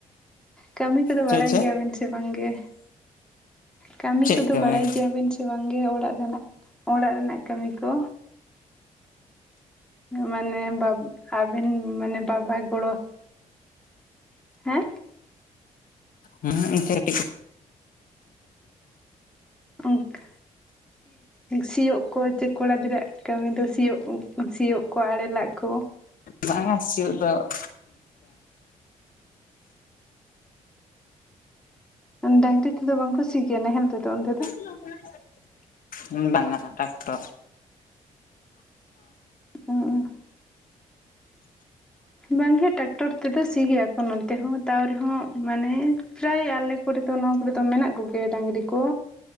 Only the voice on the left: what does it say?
ᱪᱮᱫ
ᱪᱮᱫ
ᱪᱮᱫ
ᱠᱟᱹᱢᱤ
ᱦᱮᱸ ᱮᱱᱛᱮ ᱠᱟᱹᱴᱤᱡᱽ,
ᱵᱟᱝ ᱟ ᱥᱤᱭᱳᱜ ᱫᱚ <inaudible>
<inaudible> ᱦᱩᱸ ᱵᱟᱝ-ᱟ ᱴᱮᱠᱴᱚᱨ,